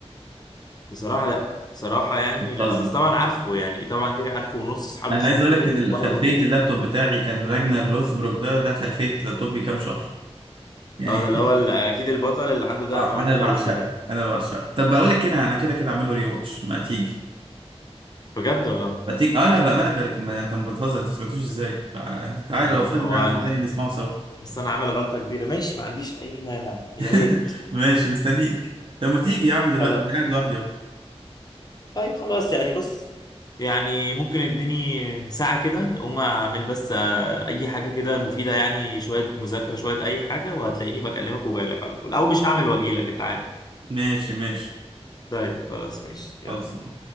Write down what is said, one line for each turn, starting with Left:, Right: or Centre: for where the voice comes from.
Left: بصراحة لا بصراحة يعني
Right: بتهزر
Left: لا بس طبعا عارفه يعني طبعا كده عارفه ونص اصحابي
Right: انا
Left: شافوه
Right: عايز اقول لك ان
Left: وانبهروا
Right: ال- خلفيه
Left: بيه
Right: اللابتوب بتاعي كان راجنر لوثبروك ده ده خلفيه لابتوبي كام شهر يعني
Left: اه ده اللي هو ال- اكيد البطل اللي
Right: <laughs>
Left: عنده دقن
Right: اه
Left: وعينيه
Right: انا
Left: ملونة
Right: بعشقه
Left: ده
Right: انا بعشقه طب بقول لك كده انا كده كده اعمل له ري واتش ما تيجي
Left: بجد والله
Right: ما تيجي اه لا بامانه ده ريكومند انت ما بتهزر انت ما سمعتوش ازاي تع- تعالى
Left: ما
Right: لو فاضي
Left: وانا
Right: تعالى صدقني نسمعه سوا
Left: حاسس إن انا عامل غلطة كبيرة ماشي ما عنديش اي مانع يا
Right: <laughs>
Left: ريت
Right: ماشي مستنيك طب ما تيجي يا عم دلوقتي
Left: خلاص
Right: انا قاعد لوحدي اهو
Left: طيب خلاص يعني بص يعني ممكن اديني ساعة كده اقوم اعمل بس اي حاجة كده مفيدة يعني شوية مذاكرة شوية اي حاجة وهتلاقيني بكلمك وجايلك على طول او مش هعمل واجيلك انت عارف
Right: ماشي ماشي
Left: طيب خلاص ماشي يلا
Right: خلص